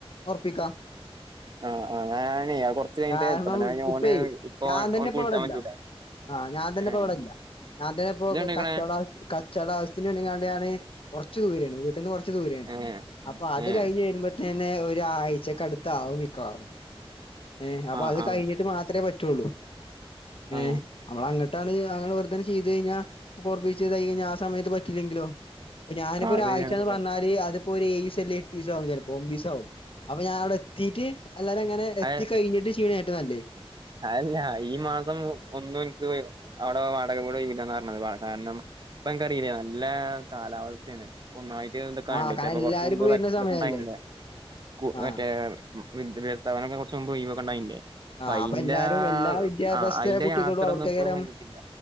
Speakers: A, on the left; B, on the right.
A: ഉറപ്പിക്കാം
B: ആ ആ് ഞാന കുറച്ച് കഴിഞ്ഞട്ട്
A: കാരണം
B: ഇപ്പത്തന്നെ
A: ഇപ്പേ
B: ഓന്
A: ഞാൻ തന്നെ
B: ഓൻക്ക്
A: ഇപ്പ
B: വിളിച്ചാൻ
A: ഇവിടില്ല
B: പറ്റൂല
A: ആഹ് ഞാൻ തന്നെപ്പോ
B: ഏഹ്
A: ഇവിടെല്ല ഞാൻ തന്നെ ഇപ്പോ
B: ഇജ്ജ് കണ്ട്ക്ക്ണ്
A: കച്ചടവ കച്ചവടം ആവ്യത്തിന് വേണ്ടി വണ്ടിണ് കൊറച്ച് ദൂരയാണ് വീട്ടന്ന് കുറച്ച് ദൂരെയാണ്
B: ഏഹ്
A: അപ്പാ അത്
B: ഏഹ്
A: കഴിഞ്ഞു കഴിയുബത്തിനെ - ഒരാഴ്ചക്കടുത്തആവും മിക്കവാറും ഏ അപ്പൊ
B: ആഹ്
A: അത്
B: ആഹ്
A: കഴിഞ്ഞിട്ട് മാത്രമേ പറ്റുള്ളൂ ഏ
B: ആഹ്
A: നമ്മളങ്ങ- ട്ടാണ് അങ്ങനെ വർധന ചെയ്ത് കഴിഞ്ഞാ കൊറപ്പിച്ചത് കഴിഞ്ഞാ ആ സമയത്ത് പറ്റില്ലെങ്കിലോ ഞാനിപ്പോ
B: ആഹ്
A: ഒരാഴ്ചന്ന്
B: ശരിയാണ് ശരിയാണ്
A: പറഞ്ഞാല് അത് ഇപ്പൊ എഴിസം എട്ടീസം ആകും ചിലപ്പോൾ ഓൻബാസ ആകും അപ്പൊ ഞാന അവിടെ എത്തിട്ട് എല്ലാരും അങ്ങനെ എത്തി
B: അഹ്
A: കഴിഞ്ഞിട്ട് ചെയീണ ഏറ്റവും നല്ലേ
B: അതല്ല ഈ മാസം ഒന്നും എനിക്ക് അവിടെ വാടക വീടെ ഒഴിവില്ല ഇല്ലന്ന് പറഞ്ഞത് കാരണം ഇപ്പൊ എനക്ക്റിയില്ലേ നല്ല കാലാവസ്ഥയാണ് ഇപ്പൊ ഒന്നായി ക്കാണ്ടേ
A: ആഹ് കാരണം
B: ചെലപ്പോ
A: എല്ലാരും
B: കൊറച്ച മുമ്പ്ണ്ടില്ലേ
A: ഇപ്പ വരുന്ന സമയല്ലേ
B: ക്കു
A: ആഹ്
B: മറ്റേ വിദ്യാഭ്യാസഥപനംക്കെ കുറച്ച് മുമ്പ് ഒഴിവക്കണ്ടായില്ലേ
A: ആഹ്
B: അയിന്റെ
A: അപ്പൊ എല്ലാരും എല്ലാ വിദ്യാഭ്യാസത്തെ
B: അ അയിന്റെ
A: കുട്ടികളും
B: യാത്രയൊന്നും
A: അവർക്കകരം
B: ഇപ്പഴും കഴിഞ്ഞിട്ടില്ല